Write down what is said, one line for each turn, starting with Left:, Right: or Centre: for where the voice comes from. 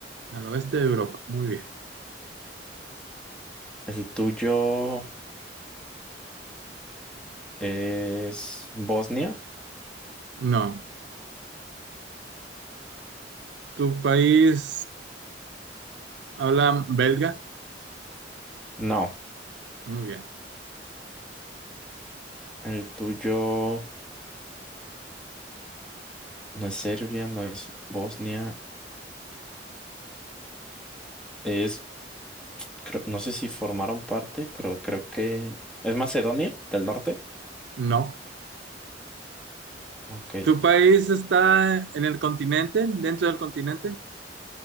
Right: Al oeste de Europa, muy bien.
Centre: ¿El tuyo es Bosnia?
Right: No. Tu país habla belga.
Centre: No.
Right: Muy bien.
Centre: El tuyo no es Serbia, no es Bosnia, es, creo- no sé si formaron parte, pero creo que es Macedonia del Norte.
Right: No.
Centre: Ok.
Right: Tu país está en el continente, dentro del continente.